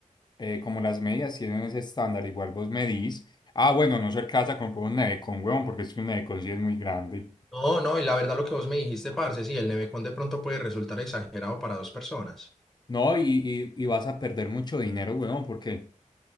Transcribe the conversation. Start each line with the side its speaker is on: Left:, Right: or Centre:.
Left: eh, como las medidas tienen ese estándar, igual vos medís. Ah, bueno, a no ser casa, compró un nevecón, huevón, porque es que un nevecón sí es muy grande.
Centre: No, no, y la verdad lo que vos me dijiste, parce, sí, el nevecón de pronto puede resultar exagerado para dos personas.
Left: No, y, y, y vas a perder mucho dinero, huevón, porque